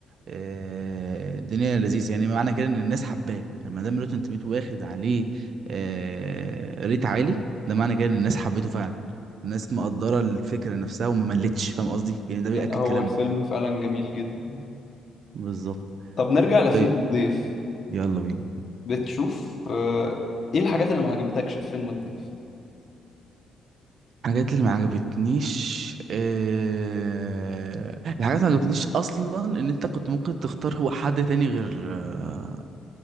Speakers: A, on the right; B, on the left.
A: آه، الدنيا لذيذه يعني معنى كده ان الناس حباه ما دام روتن توميتو واخد عليه آه، ريت عالي ده معنى كده ان الناس حبيته فعلا الناس مقدره الفكره نفسها وما ملتش فاهم قصدي يعني ده
B: لا
A: بيأكد
B: هو
A: كلامنا
B: الفيلم فعلا جميل جدا
A: بالظبط
B: طب نرجع لفيلم
A: طيب
B: الضيف
A: يلا بينا
B: بتشوف آه، إيه الحاجات اللي ما عجبتكش في فيلم الضيف
A: الحاجات اللي ما عجبتنيش آه... الحاجات اللي ما عجبتنيش اصلا ان انت كنت ممكن تختار هو حد تاني غير آه،